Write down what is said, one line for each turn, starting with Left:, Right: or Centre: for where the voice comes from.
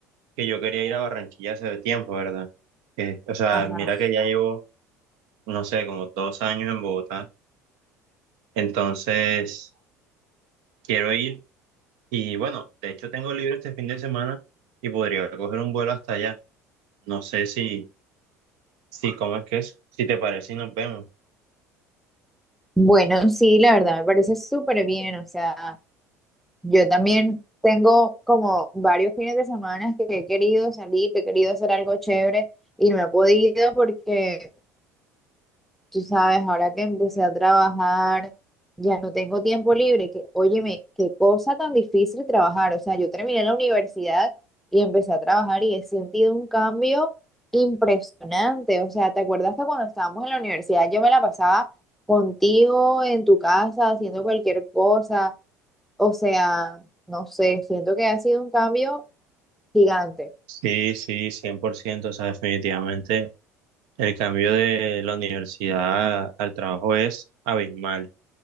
Right: que yo quería ir a Barranquilla hace tiempo, ¿verdad? Que, o sea,
Centre: Ajá.
Right: mira que ya llevo, no sé, como dos años en Bogotá, entonces quiero ir y bueno, de hecho tengo libre este fin de semana y podría coger un vuelo hasta allá. No sé si, si, ¿cómo es que es? Si te parece y nos vemos.
Centre: Bueno, sí, la verdad, me parece súper bien. O sea, yo también tengo como varios fines de semana que he querido salir, que he querido hacer algo chévere y no he podido porque Tú sabes, ahora que empecé a trabajar, ya no tengo tiempo libre, que, óyeme, qué cosa tan difícil trabajar. O sea, yo terminé la universidad y empecé a trabajar y he sentido un cambio impresionante. O sea, ¿te acuerdas que cuando estábamos en la universidad yo me la pasaba contigo en tu casa haciendo cualquier cosa? O sea, no sé, siento que ha sido un cambio gigante.
Right: Sí, sí, 100% o sea, definitivamente. El cambio de la universidad al trabajo es abismal.